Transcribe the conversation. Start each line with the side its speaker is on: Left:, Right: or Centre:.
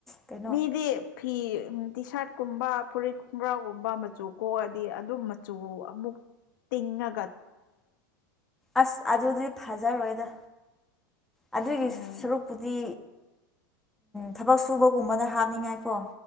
Centre: ꯀꯩꯅꯣ
Left: ꯃꯤꯗꯤ ꯐꯤ ꯇꯤ ꯁꯥꯔꯠ ꯀꯨꯝꯕ ꯐꯨꯔꯤꯠ ꯈꯣꯡꯒ꯭ꯔꯥꯎꯒꯨꯝꯕ ꯃꯆꯨ ꯀꯣꯛꯑꯗꯤ ꯑꯗꯨ ꯃꯆꯨ ꯑꯃꯨꯛ ꯇꯤꯡꯉ
Centre: ꯑꯁ ꯑꯗꯨꯗꯤ ꯐꯖꯔꯣꯏꯗ ꯑꯗꯨꯒꯤ
Left: ꯎꯝ
Centre: ꯁꯔꯨꯛꯄꯨꯗꯤ ꯊꯕꯛ ꯁꯨꯕꯒꯨꯝꯕꯗ ꯍꯥꯞꯅꯤꯡꯉꯥꯏꯀꯣ